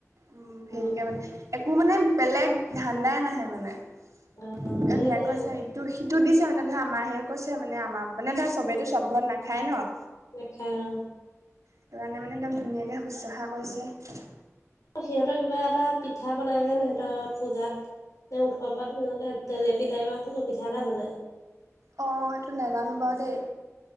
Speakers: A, on the right (about 80°); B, on the left (about 80°).
A: উম
B: অ
A: হেৰিকে মানে একো মানে বেলেগ ধান্দাই নাহে মানে।
B: অ',
A: <unintelligible>
B: সেইটোৱে মানে
A: ত' সিটো দিছে মানে ধৰা মাহীয়ে কৈছে মানে আমাক মানে ধৰা চবেটো চব ঘৰত নাখায় ন'।
B: নেখায় অ'।
A: সেইটো কাৰণে মানে একদম ধুনীয়াকৈ শুশ্ৰূষা কৰিছে।
B: সিহঁতৰ কিবা এটা পিঠা বনাই যেন সিহঁতৰ পূজাত। উৎসৱত তেনেকা জেলেপি টাইপৰ পিঠা এটা বনায়।
A: অ' সেইটো নেজানো বাৰু দেই।